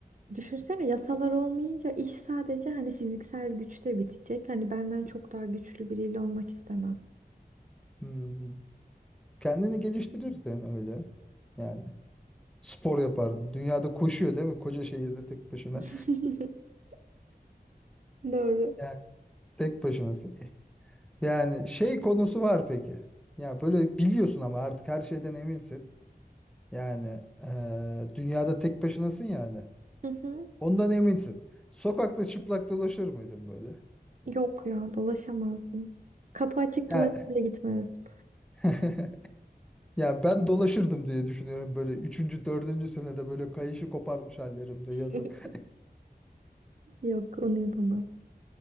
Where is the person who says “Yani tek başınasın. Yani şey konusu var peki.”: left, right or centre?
Centre